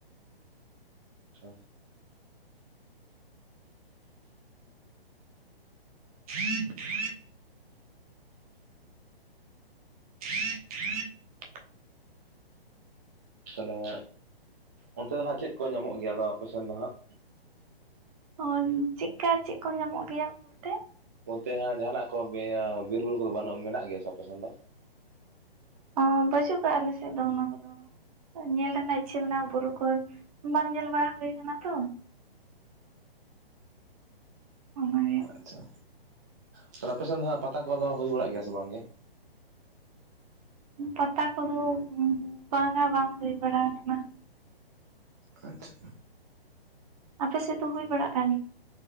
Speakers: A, on the right (about 20°); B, on the right (about 40°).
A: ᱟᱪᱪᱷᱟ᱾
B: <inaudible> <inaudible>
A: ᱛᱟᱞᱦᱮ ᱚᱱᱛᱮ ᱫᱚ ᱦᱟᱸᱜ ᱪᱮᱫ ᱠᱚ ᱧᱟᱢᱚᱜ ᱜᱮᱭᱟ ᱟᱫᱚ ᱟᱯᱮᱥᱮᱱ ᱫᱚ ᱦᱟᱸᱜ?
B: ᱚᱱ ᱪᱮᱜᱠᱟ ᱪᱮᱜ ᱠᱚ ᱧᱟᱢᱚᱜ ᱜᱮᱭᱟ? ᱵᱚᱞᱛᱮ
A: ᱚᱱᱛᱮ ᱦᱟᱸᱜ ᱡᱟᱦᱟᱱᱟᱜ ᱠᱚ ᱜᱮ ᱤᱭᱟᱹ ᱵᱤᱨᱵᱩᱨᱩ ᱠᱚᱫᱚ ᱵᱟᱹᱱᱩᱜ-ᱟ ᱢᱮᱱᱟᱜ ᱜᱮᱭᱟ ᱥᱮ ᱵᱟ ᱟᱯᱮᱥᱮᱱ ᱫᱚ?
B: ᱚ ᱵᱟᱪᱩᱜ ᱠᱟᱜᱼᱟ ᱟᱞᱮᱥᱮᱫ ᱫᱚ ᱚᱱᱟ ᱠᱚᱫᱚ᱾ ᱛᱚ ᱧᱮᱞ ᱨᱮᱱᱟᱜ ᱤᱪᱪᱷᱟᱹ ᱢᱮᱱᱟᱜᱼᱟ ᱵᱩᱨᱩ ᱠᱚ᱾ ᱵᱟᱝ ᱧᱮᱞ ᱵᱟᱲᱟ ᱦᱩᱭ ᱟᱠᱟᱱᱟ ᱛᱚ᱾ ᱚᱱᱟ ᱜᱮ᱾
A: ᱟᱪᱪᱷᱟ᱾ ᱛᱟᱦᱚᱞᱮ ᱟᱯᱮᱥᱮᱱ ᱫᱚ ᱦᱟᱸᱜ ᱯᱟᱛᱟ ᱠᱚᱫᱚ ᱦᱩᱭ ᱵᱟᱲᱟᱜ ᱜᱮᱭᱟ ᱥᱮ ᱵᱟᱝ ᱜᱮ?
B: ᱯᱟᱛᱟ ᱠᱚᱫᱚ ᱵᱟᱝ-ᱟ ᱵᱟᱝ ᱦᱩᱭ ᱵᱟᱲᱟᱣ ᱠᱟᱱᱟ᱾
A: ᱟᱪᱪᱷᱟ᱾
B: ᱟᱯᱮᱥᱮᱫ ᱫᱚ ᱦᱩᱭ ᱵᱟᱲᱟᱜ ᱠᱟᱱ ᱜᱮ?